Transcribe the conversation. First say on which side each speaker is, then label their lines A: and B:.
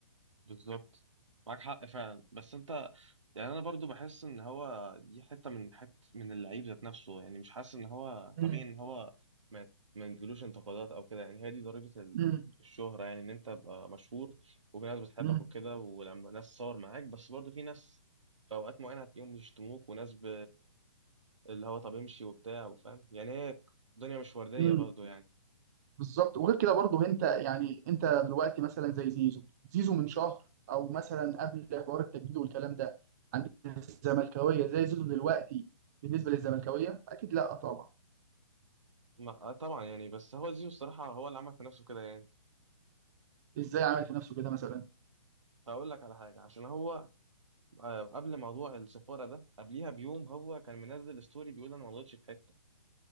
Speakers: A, on the right; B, on the right.
A: بالظبط معاك حق فعلا بس انت يعني انا برضو بحس ان هو دي حته من حته من اللعيب ذات نفسه يعني مش حاسس ان هو
B: مم.
A: طبيعي ان هو ما ما يجيلوش انتقادات او كده يعني هي دي ضريبه ال-
B: مم.
A: الشهره يعني ان انت تبقى مشهور وفي ناس بتحبك
B: مم.
A: وكده ولما ناس تصور معاك بس برضو في ناس في اوقات معينه هتلاقيهم بيشتموك وناس ب... اللي هو طب امشي وبتاع وفاهم يعني هي الدنيا مش ورديه
B: مم.
A: برضو يعني
B: بالظبط وغير كده برضه انت يعني انت دلوقتي مثلا زي زيزو زيزو من شهر او مثلا قبل حوار التجديد والكلام ده عند الزملكاويه زي زيزو دلوقتي بالنسبه للزملكاويه اكيد لا طبعا
A: ما... آه طبعا يعني بس هو زيزو الصراحه هو اللي عمل في نفسه كده يعني
B: ازاي عمل في نفسه كده مثلا
A: هقول لك على حاجة عشان هو آه، قبل موضوع السفارة ده قبليها بيوم هو كان منزل ستوري بيقول انا ما غلطتش في حتة